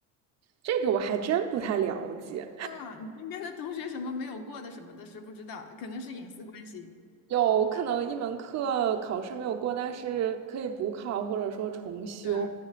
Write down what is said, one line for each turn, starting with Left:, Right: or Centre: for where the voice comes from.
Right: 这个我还真不太了解，
Left: 啊。你身边的同学什么没有过的什么的，是不知道，可能是隐私关系。
Right: 有可能一门课考试没有过，但是可以补考或者说重修，
Left: 对